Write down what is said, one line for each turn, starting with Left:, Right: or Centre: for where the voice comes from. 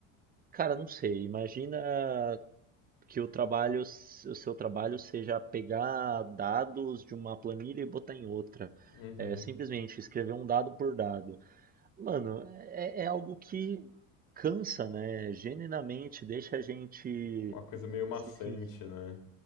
Right: cara, não sei, imagina que o trabalho, s- o seu trabalho seja pegar dados de uma planilha e botar em outra.
Left: uhum.
Right: É, simplesmente escrever um dado por dado. Mano, é, é algo que cansa, né? Genuinamente deixa a gente
Left: Uma coisa meio maçante,
Right: se, sen-
Left: né?